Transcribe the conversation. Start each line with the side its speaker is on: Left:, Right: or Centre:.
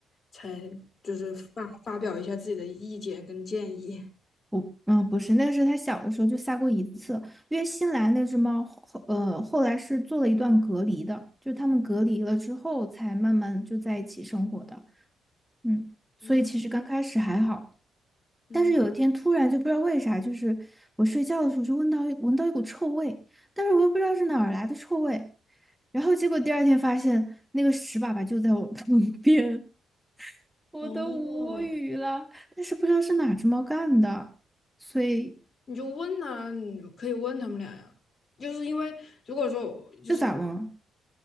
Left: 才就是发发表一下自己的意见跟建议。
Centre: 不，嗯，不是，那个是它小的时候就撒过一次，因为新来那只猫后，呃，后来是做了一段隔离的，就是它们隔离了之后才慢慢就在一起生活的，嗯，所以其实刚开始还好，
Left: 嗯嗯，
Centre: 但是有一天突然就不知道为啥，就是我睡觉的时候就闻到闻到一股臭味，但是我又不知道是哪儿来的臭味，然后结果第二天发现那个屎粑粑就在我 <laughs> 旁边，我都无语了，
Left: 哦，
Centre: 但是不知道是哪只猫干的，所以
Left: 你就问呐、你可以问他们俩呀。就是因为如果说就是
Centre: 这咋闻啊